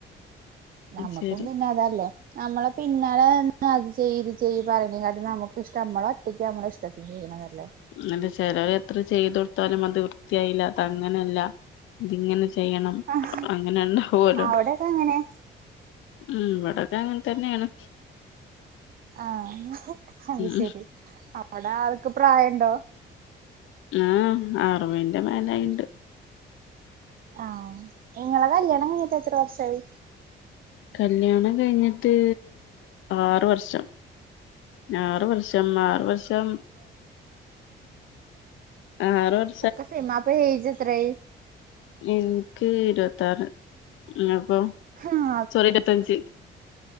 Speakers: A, on the right; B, on the left.
A: ഞമ്മക്കും
B: ശരി
A: പിന്നതല്ലേ. അമ്മളെ പിന്നാലെ വന്ന് അത് ചെയ്യ് ഇത് ചെയ്യ് പറിണേക്കാട്ടിം നമക്കിഷ്ടം അമ്മളൊറ്റക്ക് അമ്മളിഷ്ടത്തിന് ചെയ്യ്ണതാല്ലേ
B: അങ്ങെനെ ചെലോരെത്ര ചെയ്തൊട്ത്താലും അത് വൃത്തിയായില്ല അതങ്ങനല്ല ഇത്ങ്ങനെ ചെ ചെയ്യണം
A: ആഹ്
B: അങ്ങനെ ഒണ്ടാവല്ലോ
A: അവിടെയൊക്കെ അങ്ങനെ
B: ഉം ഇവടൊക്കെ അങ്ങനെ തന്നൊണ്
A: ആഹ് അത്
B: ഉം
A: ശെരി അവടെ ആൾക്ക് പ്രായഇണ്ടോ
B: ആഹ് അറിവിന്റെ മേലായിണ്ട്
A: ആഹ് നിങ്ങളെ കല്യാണം കയിഞ്ഞ്ട്ട് എത്ര വർഷായി
B: കല്യാണം കയിഞ്ഞിട്ട് ആറ് വർഷം ആറ് വർഷം ആറ് വർഷം ആറ് വർ
A: അപ്പാ സൈം അപ്പേഎജ് എത്രായി
B: എൻക്ക് ഇര്പത്താറ് ഞിങ്ങക്കോ
A: ആഹ്
B: ഇരുപ്പഅഞ്ച്